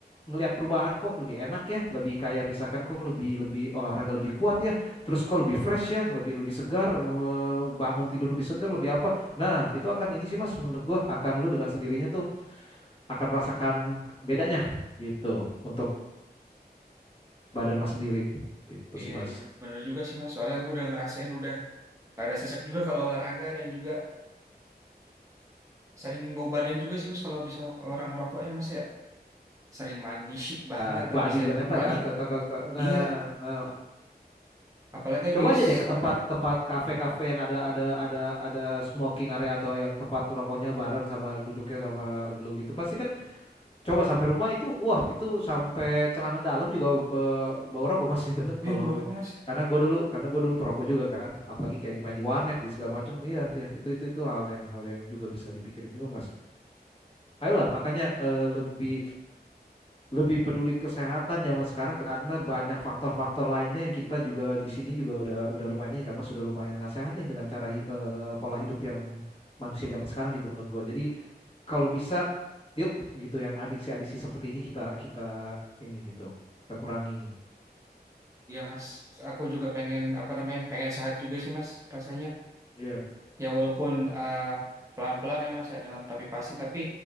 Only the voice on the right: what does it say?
Iya,
iya. Bener juga sih mas. Soalnya gua udah ngerasain udah rada sesek juga kalau olahraga dan juga sering bau badan juga sih mas kalau habis orang rokok ya mas ya. Sering mandi <laughs> banget
tapi
saya
apalagi
iya
apalagi habis
apa
ya
bau rokok mas.
Iya mas, aku juga pengen apa namanya pengen sehat juga sih mas rasanya.
ya walaupun eh, pelan-pelan ya Mas ya dengan tapi pasti tapi